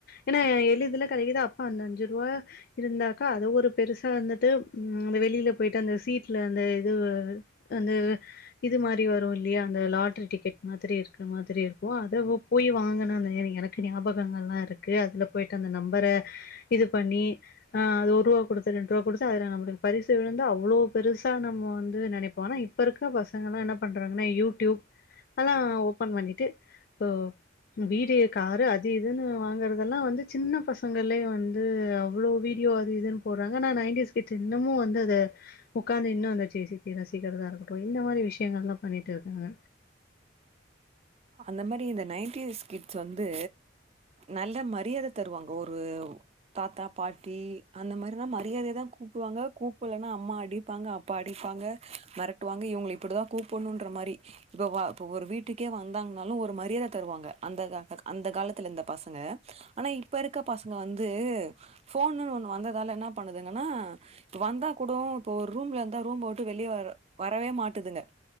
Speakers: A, on the left; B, on the right.
A: ஏனா எளிதுல கெடைக்குது அப்ப அந்த அஞ்சுருவா இருந்தாக்கா அத ஒரு பெருசா வந்துட்டு ம் அந்த வெளில போய்ட்டு அந்த சீட்ல அந்த இது அந்த இது மாரி வரு இல்லியா அந்த லாட்ரி டிக்கெட் மாதிரி இருக்க மாதிரி இருக்கு அத போயி வாங்குன அந்த எனி எனக்கு ஞாபகங்கள்லா இருக்கு அதுல போய்ட்டு அந்த நம்பர இது பண்ணி ஆ அது ஒருவா குடுத்து ரெண்ருவா குடுத்து அதுல நம்ளுக் பரிசு விழுந்தா அவ்ளோ பெருசா நம்ம வந்து நெனைப்போ ஆனா இப்ப இருக்க பசங்கல்லா என்ன பண்றாங்கன்னா யூடியூப் அல்லா ஓப்பன் பண்ணீட்டு இப்போ வீடு, காரு அது இதுன்னு வாங்கற அதெல்லா வந்து சின்ன பசங்களே வந்து அவ்ளோ வீடியோ அது இதுன் போட்றாங்க ஆனா நைன்டீஸ் கிட்ஸ் இன்னமு வந்து அது உக்காந்து இன்னு அந்த ஜே சி பி ய ரசிக்கிறதா இருக்கட்டு இந்த மாரி விஷ்யங்கள்லா பண்ணீட்டுருக்காங்க
B: அந்த மாரி இந்த நைன்ட்டீஸ் கிட்ஸ் வந்து நல்ல மரியாத தருவாங்க ஒரு தாத்தா பாட்டி அந்த மாரில்லா மரியாதையா தா கூப்டுவாங்க கூப்பட்லன்னா அம்மா அடி ப்பாங்க அப்பா அடிப்பாங்க மெரட்டுவாங்க இவங்கள இப்படிதான் கூப்டணுன்ற மாரி புவா இப்போ ஒரு வீட்டுக்கே வந்தாங்கன்னாலும் ஒரு மரியாத தருவாங்க அந்த அந்த காலத்துல இருந்த பசங்க ஆனா இப்ப இருக்க பசங்க வந்து ஃபோனுன்னு ஒண்ணு வந்ததால என்ன பண்ணுதுங்கன்னா வந்தா கூட இப்ப ஒரு ரூம்ல இருந்தா ரூம் விட்டு வெளிய வர வரவே மாட்டுதுங்க